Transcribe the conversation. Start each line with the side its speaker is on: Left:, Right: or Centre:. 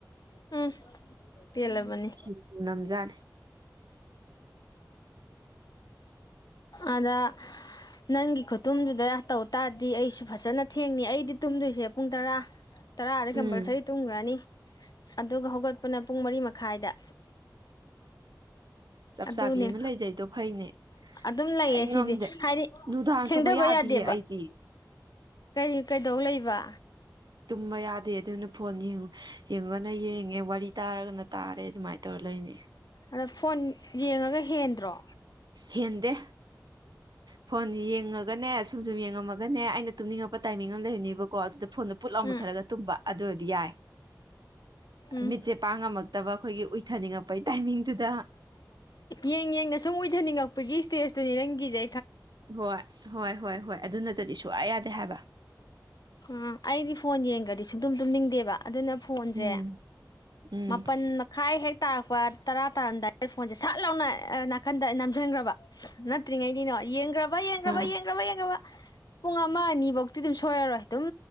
Left: ꯎꯝ ꯄꯦꯜꯂꯕꯅꯤ
Right: ꯎ ꯁꯤ ꯅꯝꯖꯥꯠꯅꯤ
Left: ꯑꯗ ꯅꯪꯒꯤ ꯈꯨꯇꯨꯝꯗꯨꯗ ꯇꯧ ꯇꯥꯔꯗꯤ ꯑꯩꯁꯨ ꯐꯖꯅ ꯊꯦꯡꯉ ꯑꯩꯗꯤ ꯇꯨꯝꯗꯣꯏꯁꯦ ꯄꯨꯡ ꯇꯔꯥ ꯇꯔꯥꯗꯤ ꯀꯝꯄꯜꯁꯔꯤ
Right: ꯎꯝ
Left: ꯇꯨꯝꯈ꯭ꯔꯅꯤ ꯑꯗꯨꯒ ꯍꯧꯒꯠꯄꯅ ꯄꯨꯡ ꯃꯔꯤ ꯃꯈꯥꯏꯗ
Right: ꯆꯞ
Left: ꯑꯗꯨꯅꯦ
Right: ꯆꯥꯕꯤ ꯑꯃ ꯂꯩꯖꯩꯗꯣ ꯐꯩꯅꯦ
Left: ꯑꯗꯨꯝ ꯂꯩꯌꯦ
Right: ꯑꯩ ꯉꯝꯗꯦ
Left: ꯁꯤꯗꯤ ꯍꯥꯏꯗꯤ
Right: ꯅꯨꯡꯗꯥꯡꯇꯃ
Left: ꯊꯦꯡꯊꯕ
Right: ꯌꯥꯗꯤꯌꯦ
Left: ꯌꯥꯗꯦꯕ
Right: ꯑꯩꯗꯤ
Left: ꯀꯔꯤ ꯀꯩꯗꯧ ꯂꯩꯕ
Right: ꯇꯨꯝꯕ ꯌꯥꯗꯦ ꯑꯗꯨꯅ ꯐꯣꯟ ꯌꯦꯡꯉꯅ ꯌꯦꯡꯉꯦ ꯋꯥꯔꯤ ꯇꯥꯔꯒꯅ ꯇꯥꯔꯦ ꯑꯗꯨꯃꯥꯏꯅ ꯇꯧꯔ ꯂꯩꯅꯤ
Left: ꯑꯗ ꯐꯣꯟ ꯌꯦꯡꯉꯒ ꯍꯦꯟꯗ꯭ꯔꯣ
Right: ꯍꯦꯟꯗꯦ ꯐꯣꯟ ꯌꯦꯡꯉꯒꯅꯦ ꯁꯨꯝ ꯁꯨꯝ ꯌꯦꯡꯉꯝꯃꯒꯅꯦ ꯑꯩꯅ ꯇꯨꯝꯅꯤꯡꯉꯄ ꯄ ꯇꯥꯏꯃꯤꯡ ꯑꯃ ꯂꯩꯔꯅꯦꯕꯀꯣ ꯑꯗꯨꯗ ꯐꯣꯟꯣ ꯄꯨꯠꯂꯥꯎ ꯃꯨꯠꯊꯠꯂꯒ
Left: ꯎꯝ
Right: ꯇꯨꯝꯕ ꯑꯗꯨ ꯑꯣꯏꯔꯗꯤ ꯌꯥꯏ
Left: ꯎꯝ
Right: ꯃꯤꯠꯁꯦ ꯄꯥꯡꯉꯝꯃꯛꯇꯕ ꯑꯩꯈꯣꯏꯒꯤ ꯎꯏꯊꯅꯤꯡꯉꯛꯄꯩ ꯇꯥꯏꯃꯤꯡꯗꯨꯗ
Left: ꯌꯦꯡ ꯌꯦꯡꯅ ꯁꯨꯝ ꯑꯣꯏꯊꯅꯤꯡꯉꯛꯄꯒꯤ ꯏꯁꯇꯦꯖꯇꯨꯅꯤ ꯅꯪꯒꯤꯖꯦ
Right: ꯍꯣꯏ ꯍꯣꯏ ꯍꯣꯏ ꯍꯣꯏ ꯑꯗꯨꯅꯠꯇꯗꯤ ꯁꯨꯡꯌꯥ ꯌꯥꯗꯦ ꯍꯥꯏꯕ
Left: ꯎꯝ ꯑꯩꯗꯤ ꯐꯣꯟ ꯌꯦꯡꯒꯔꯗꯤ ꯁꯨꯝꯇꯨꯝ ꯇꯨꯝꯅꯤꯡꯗꯦꯕ ꯑꯗꯨꯅ ꯐꯣꯟꯁꯦ
Right: ꯎꯝ ꯎꯝ
Left: ꯃꯥꯄꯜ ꯃꯈꯥꯏ ꯍꯦꯛ ꯇꯥꯔꯛꯄ ꯇꯔꯥ ꯇꯥꯔꯝꯗꯥꯏ ꯐꯣꯟꯁꯦ ꯁꯠ ꯂꯥꯎꯅ ꯅꯥꯀꯟꯗ ꯅꯝꯁꯤꯟꯈ꯭ꯔꯕ ꯅꯠꯇ꯭ꯔꯤꯉꯩꯗꯤꯅꯣ ꯌꯦꯡꯈ꯭ꯔꯕ ꯌꯦꯡꯈ꯭ꯔꯕ
Right: ꯑꯥ
Left: ꯌꯦꯡꯈ꯭ꯔꯕ ꯌꯦꯡꯈꯔꯕ ꯄꯨꯡ ꯑꯃ ꯑꯅꯤ ꯐꯧꯗꯤ ꯑꯗꯨꯝ ꯁꯣꯏꯔꯔꯣꯏ ꯑꯗꯨꯝ